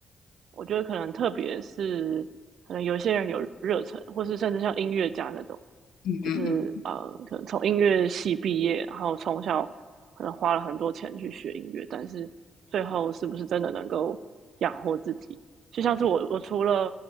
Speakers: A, on the right; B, on the left.
A: 我觉得可能特别是有些人有热忱，或是甚至像音乐家那种，
B: 嗯嗯嗯，
A: 就是呃，可能从音乐系毕业，然后从小可能花了很多钱去学音乐，但是最后是不是真的能够养活自己？就像是我，我除了